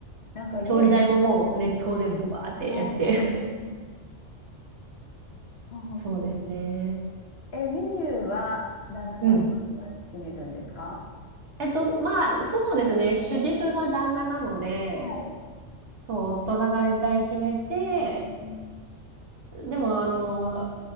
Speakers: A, on the left (about 55°); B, on the right (about 65°).
A: なんか家で、
B: 調理台ももう熱湯でブワーってやって。
A: あーうんそう
B: <laughs> そうですね。
A: え、メニューは旦那様が決まる決めるんですか
B: うん。えっと、まあ、そうですね。主軸が旦那なので、
A: はい。
B: そう、夫が大体決めて、
A: うん
B: でも、あの、